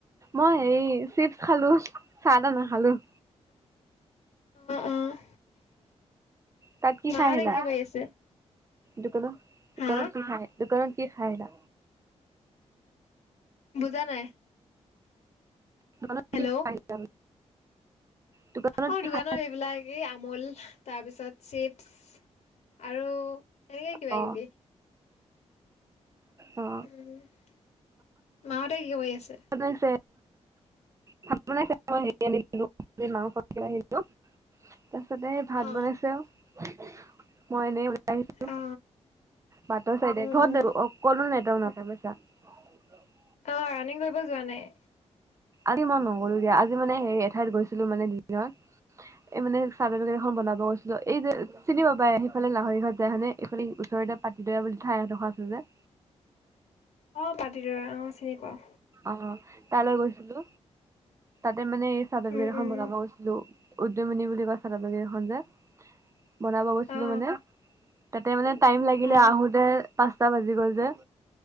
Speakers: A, on the right; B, on the left.
A: মই হেই চিপচ খালো, চাহ তাহ নাখালো।
B: অ অ।
A: তাত কি
B: মাহঁতে
A: খাই আহিলা?
B: কৰি আছে
A: দোকানত
B: হা
A: দোকানত কি খাই দোকানত কি খাই আহিলা?
B: বুজা নাই?
A: দোকান
B: হেল্ল'
A: কি খাই আহিলা? দোকানত
B: অ
A: কি
B: দোকানৰ
A: খাই
B: এইবিলাকেই আম মূল তাৰপিছত চিপছ আৰু এনেকে
A: আহিলা
B: কিবা কিবি। উ
A: অ
B: মাহতে কি কৰি আছে?
A: আছে ভাত মই হেৰি দেখিলো মাংস ক আহো তাৰ পিছতে ভাত
B: অ
A: বনাইছেও মই এনেই ওলাই আহিছো
B: অ
A: বাটৰ চাইডে
B: উম
A: ঘৰত
B: উম
A: অকণো নেটৱৰ্ক নাই। চামছা <unintelligible>
B: অ ৰাণিং কৰিব যোৱা নাই?
A: আজি মই নকৰো দিয়া আজি মানে সেই এঠাইত গৈছিলো মানে দিনত এই মানে ছাৰ্টিপিকেট এখন বনাব গৈছিলো এই যে চিনি পাবাই সেইফালে লাহৰি ঘৰত যায় হানে এইফালে ওচৰতে পাতি দৈয়া বুলি ঠাই এঁডোখৰ আছে যে।
B: অ পাতি দৈয়া অঁ চিনি পাও।
A: অঁ তালৈ গৈছিলো। তাতে মানে চাৰ্টিফিকেট
B: উম
A: এখন
B: উম
A: বনাব গৈছিলো, উদ্যয়মণি বুলি কোৱা চাদৰ গেৰি খন যে। বনাব গৈছিলো
B: অ
A: মানে তাতে মানে টাইম লাগিলে
B: অ
A: আহোতে পাঁচটা বাজি গ'ল যে।